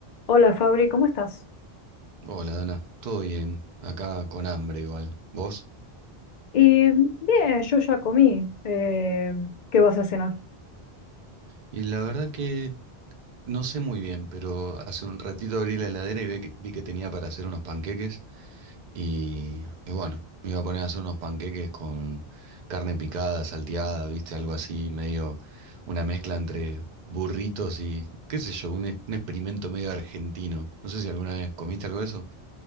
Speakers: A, on the left; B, on the right.
A: Hola Fabri, ¿cómo estás?
B: Hola, Dana. Todo bien. Acá con hambre igual. ¿Vos?
A: Y bien, yo ya comí. Eh, ¿qué vas a cenar?
B: Y la verdad que no sé muy bien, pero hace un ratito abrí la heladera y ve que- vi que, tenía para hacer unos panqueques. Y, y bueno, me iba a poner a hacer unos panqueques con carne picada, salteada, ¿viste? Algo así, medio una mezcla entre burritos y, qué sé yo, un, ex- un experimento medio argentino. No sé si alguna vez comiste algo de eso.